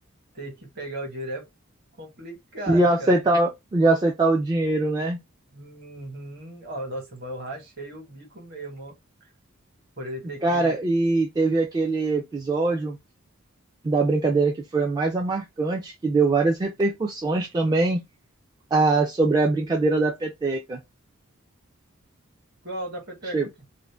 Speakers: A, on the right; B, on the right.
A: Ter que pegar o dinheiro é complicado,
B: E aceitar,
A: cara.
B: e aceitar o dinheiro, né?
A: Uhum. Ó, nossa, mas eu rachei o bico mesmo, ó. Por ele ter que.
B: Cara, e teve aquele episódio da brincadeira que foi a mais a marcante, que deu várias repercussões também ah, sobre a brincadeira da peteca.
A: Qual da peteca?
B: Chegou,
A: pô?